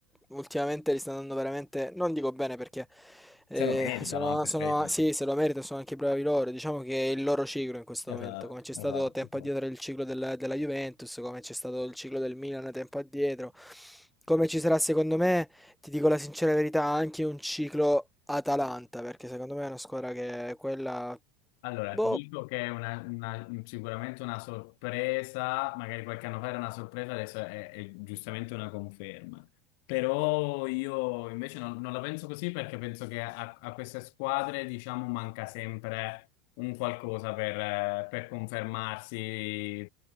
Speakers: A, in the centre; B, on the left.
A: ultimamente li stanno andando veramente, non dico bene perché
B: <laughs>
A: eh,
B: Se lo meritano,
A: sono,
B: eh,
A: sono-
B: per carità.
A: sì, se lo meritano, sono anche bravi loro. Diciamo che è il loro ciclo in questo
B: Esatto,
A: momento, come c'è
B: esatto,
A: stato tempo
B: esatto.
A: addietro il ciclo della, della Juventus, come c'è stato il ciclo del Milan tempo addietro, come ci sarà secondo me, ti dico la sincera verità, anche un ciclo Atalanta, perché secondo me è una squadra che è quella...
B: Allora,
A: Boh...
B: ti dico che è una- una- sicuramente una sorpresa, magari qualche anno fa era una sorpresa, adesso è, è giustamente una conferma. Però io invece non, non la penso così perché penso che a, a queste squadre, diciamo, manca sempre un qualcosa per, eh, per confermarsi